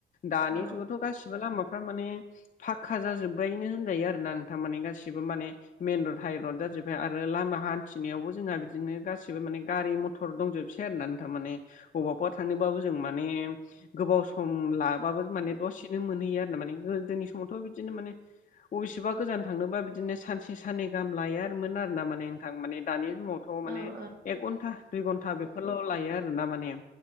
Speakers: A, on the left (about 40°); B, on the right (about 50°).
A: दानि
B: औ
A: जुगावथ' गासिबो लामाफ्रा माने फाक्का जाजोब्बायनो होन जायो आरोना नोंथां माने गासिबो माने मेइन रड हाइरड जाजोब्बाय आरो लामा हान्थिनायावबो जोंहा बिदिनो गासिबो माने गारि म टर दंजोबसै आरो ना नोंथां माने बबेयावबा थांनोबाबो जों माने गोबाव सम लाबाबो माने दसेनो मोनहैयो आरो ना माने, गोदोनि समावथ' बिदिनो माने अबेसेबा गोजान थांनोबा बिदिनो सानसे साननै गाहाम लायोनोमोन आरोना माने नोंथां माने दानि समाव थ'
B: औ
A: माने
B: औ
A: एक घन्टा दुइ घन्टा बेफोरल' लायो आरोना माने।